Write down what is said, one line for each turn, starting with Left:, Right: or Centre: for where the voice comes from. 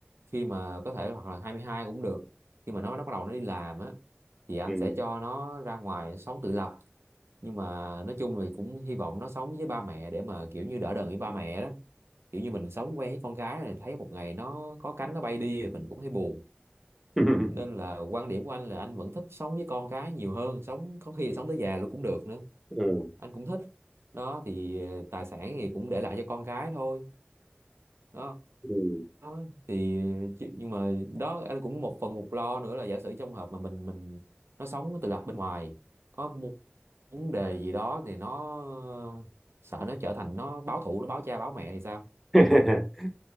Right: khi mà có thể hoặc là 22 cũng được khi mà nó, nó bắt đầu nó đi làm á thì anh
Centre: ừ
Right: sẽ cho nó ra ngoài sống tự lập nhưng mà nói chung thì cũng hy vọng nó sống với ba mẹ để mà kiểu như đỡ đần với ba mẹ đó kiểu như mình sống quen với con cái này thấy một ngày nó có cánh nó bay đi thì mình cũng thấy buồn
Centre: <laughs>
Right: nên là quan điểm của anh là anh vẫn thích sống với con cái nhiều hơn sống có khi là sống tới già luôn cũng được nữa
Centre: ừ
Right: anh cũng thích đó thì ờ, tài sản thì cũng để lại cho con cái thôi đó
Centre: ừ
Right: đó thì chứ, nhưng mà đó anh cũng một phần một lo nữa là giả sử trong hợp mà mình mình nó sống tự lập bên ngoài có mu- vấn đề gì đó thì nó sợ nó trở thành nó báo thù nó báo cha báo mẹ thì sao
Centre: <laughs>